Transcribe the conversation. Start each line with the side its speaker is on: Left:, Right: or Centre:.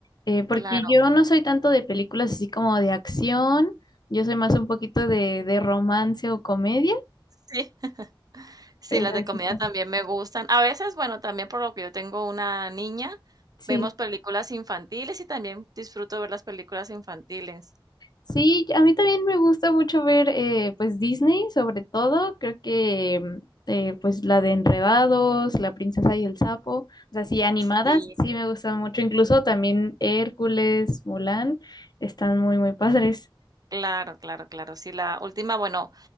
Left: eh, porque
Right: Claro,
Left: yo no soy tanto de películas así como de acción, yo soy más un poquito de, de romance o comedia,
Right: sí. Sí,
Left: pero
Right: las de comida
Left: sí está.
Right: también me gustan. A veces, bueno, también por lo que yo tengo una niña,
Left: Sí,
Right: vemos películas infantiles y también disfruto ver las películas infantiles.
Left: sí, a mí también me gusta mucho ver eh, pues Disney, sobre todo, creo que mm, eh, pues la de Enredados, La Princesa y el Sapo, o sea, sí, animadas,
Right: Sí,
Left: sí me gustan mucho, incluso también Hércules, Mulan, están muy, muy padres.
Right: claro, claro, claro. Sí, la última, bueno,